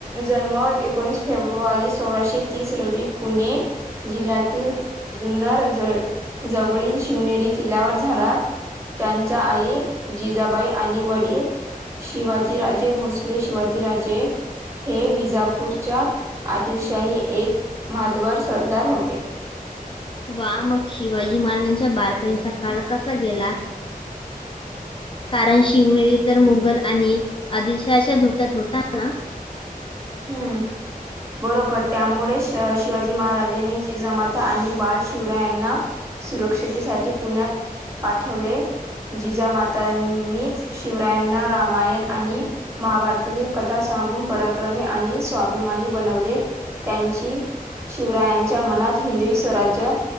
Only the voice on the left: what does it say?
वा मग शिवाजी महाराजांच्या बालपणीचा काण कसा गेला कारण शिवनेरी तर मुघल आणि आदिशच्या धोक्यात होता ना.